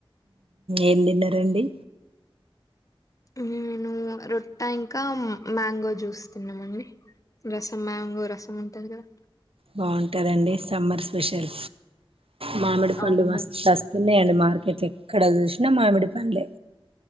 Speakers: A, on the right; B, on the left.
A: ఏం తిన్నారండి
B: నేను రొట్ట ఇంకా మ్యాంగో జూస్ తిన్నామండి రసం మ్యాంగో రసం ఉంటది కదా
A: బాగుంటుందండి సమ్మర్ స్పెషల్ మామిడి పండు
B: అవును
A: మస్తస్త ఉన్నాయండి మార్కెట్లు ఎక్కడ చూసినా మామిడి పండ లె